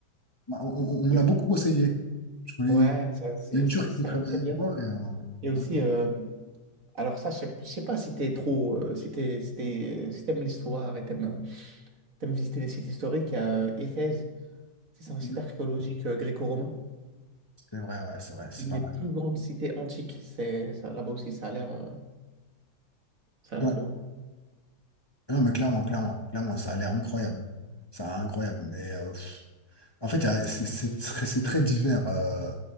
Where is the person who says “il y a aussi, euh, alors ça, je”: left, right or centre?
Right